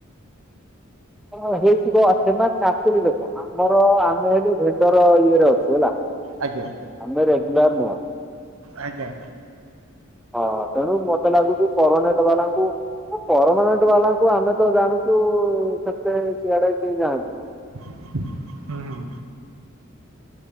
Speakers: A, in the centre; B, on the right.
A: ହଁ ହେଇଥିବ ଆପଣ ଆକ୍ଚୁଆଲି ଦେଖ ଆମର ଆମେ ହେଲୁ ଭେଣ୍ଡର ଇଏରେ ଅଛୁ ହେଲା।
B: ଆଜ୍ଞା
A: ଆମେ ରେଗୁଲାର ନୁହଁ।
B: ଆଜ୍ଞା।
A: ହଁ ତେଣୁ ମତେ ଲାଗୁଛି ପରମାନେଣ୍ଟ ବାଲାଙ୍କୁ ପରମାନେଣ୍ଟ ବାଲାଙ୍କୁ ଆମେ ତ ଜାଣିଛୁ ସେତେ ସିଆଡେ କେହି ଯାଆନ୍ତିନି।
B: ହୁଁ ହୁଁ।